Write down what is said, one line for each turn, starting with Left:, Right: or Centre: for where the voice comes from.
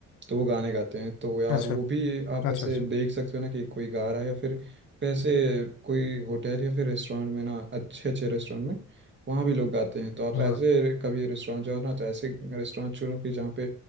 Right: तो वो गाने गाते हैं तो यार
Left: अच्छा
Right: वो भी आप
Left: अच्छा
Right: ऐसे
Left: अच्छा
Right: देख सकते हो ना कि कोई गा रहा है या फिर फिर ऐसे कोई होटल या फिर रेस्टोरेंट में ना अच्छे अच्छे रेस्टोरेंट में वहाँ भी लोग गाते हैं तो आप
Left: हाँ
Right: ऐसे कभी रेस्टोरेंट जाओ ना तो ऐसे रेस्टोरेंट चुनो कि जहाँ पे